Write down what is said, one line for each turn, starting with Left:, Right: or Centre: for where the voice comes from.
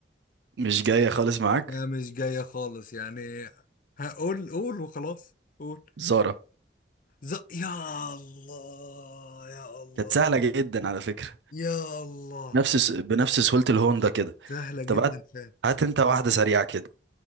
Right: مش جاية خالص معاك
Left: لا مش جاية خالص يعني هقول قول وخلاص قول
Right: زارا
Left: ز... يا الله يا الله
Right: كانت سهلة جدا على فكرة
Left: يا الله
Right: نفس س- بنفس سهولة الهوندا كده
Left: سهلة جدا
Right: طب هات
Left: فعلا
Right: هات انت واحدة سريعة كده